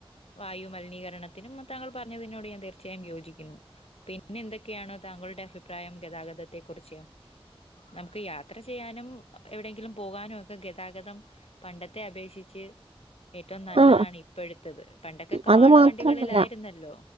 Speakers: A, on the left (about 80°); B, on the right (about 75°).
A: വായുമലിനീകരണത്തിനും താങ്കൾ പറഞ്ഞതിനോട് ഞാൻ തീർച്ചയായും യോജിക്കുന്നു. പിന്നെ എന്തൊക്കെയാണ് താങ്കളുടെ അഭിപ്രായം ഗതാഗതത്തെക്കുറിച്ച്? നമ്മുക്ക് യാത്ര ചെയ്യാനും എവിടെയെങ്കിലും പോകാനുക്കെ ഗതാഗതം. പണ്ടത്തെ അപേക്ഷിച്ച് ഏറ്റവും നല്ലതാണ്
B: ആ
A: ഇപ്പഴത്തത്. പണ്ടൊക്കെ കാളവണ്ടികളിലായിരുന്നല്ലോ
B: അത് മാത്രമല്ല